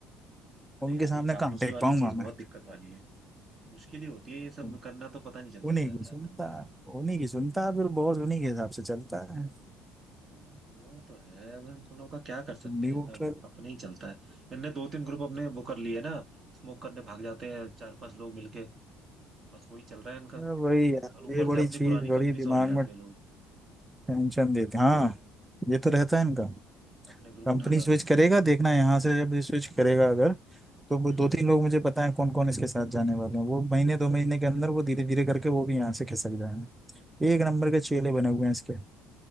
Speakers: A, on the right; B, in the centre.
A: अरे
B: उनके
A: यार
B: सामने
A: ये चापलूसी
B: कहाँ टेक
A: वाली
B: पाऊंगा
A: चीज बहुत दिक्कत वाली है मुश्किल ही होती है ये सब
B: मैं
A: करना तो पता नहीं चलता
B: उन्हीं
A: क्या
B: की
A: क्या
B: सुनता
A: करना है इसमें
B: है उन्हीं की सुनता है फिर बहुत उन्हीं के हिसाब से चलता है
A: हाँ, वो तो है अब हम उन लोगों का क्या कर सकते
B: न्यूट्रल
A: हैं एकदम अपने ही चलता है इनने दो तीन ग्रुप अपने वो कर लिए ना स्मोक करने भाग जाते हैं चार पांच लोग मिलके बस वही चल रहा है इनका
B: वही यार
A: और ऊपर
B: ये बड़ी
A: से अपनी
B: चीज
A: पुरानी
B: बड़ी
A: कंपनी
B: दिमाग
A: से और ले आते
B: में
A: हैं लोग
B: टेंशन देती हाँ ये तो रहता है इनका
A: अपने ग्रुप
B: कंपनी
A: उठा लाते
B: स्विच
A: हैं
B: करेगा देखना यहाँ से जब स्विच करेगा अगर तो वो
A: हम्म
B: दो तीन लोग मुझे पता है कौन कौन इसके साथ जाने वाले हैं वो महीने दो महीने के अंदर वो धीरे धीरे करके वो भी यहाँ से खिसक जाएंगे एक नंबर के चेले बने हुए हैं इसके